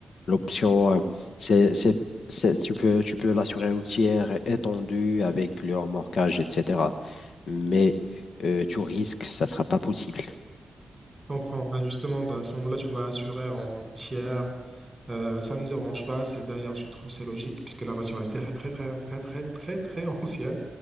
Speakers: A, on the left; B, on the right.
A: l'option, euh, c'est, c'est, c'est- tu peux, tu peux l'assurer au tiers étendu avec le remorquage, etc. Mais euh, tu risques, ça sera pas possible.
B: comprends. Bah, justement, bah, à ce moment-là, tu dois assurer en tiers. Euh, ça ne me dérange pas. C'est d'ailleurs, je trouve, c'est logique puisque la voiture est très, très, très, très, très, très, très <laughs> ancienne.